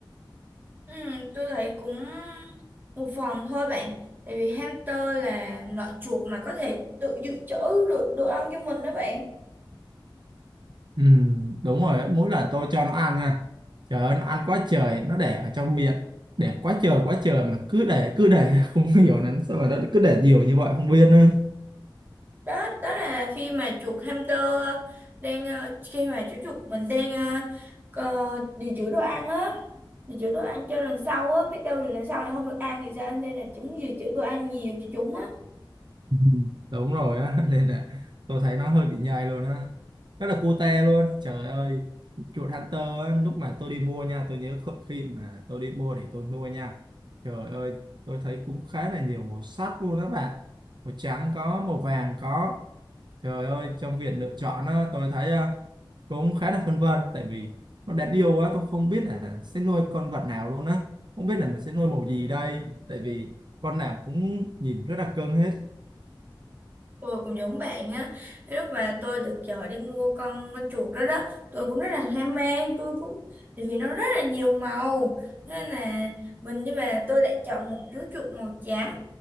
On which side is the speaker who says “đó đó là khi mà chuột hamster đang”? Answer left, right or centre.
Right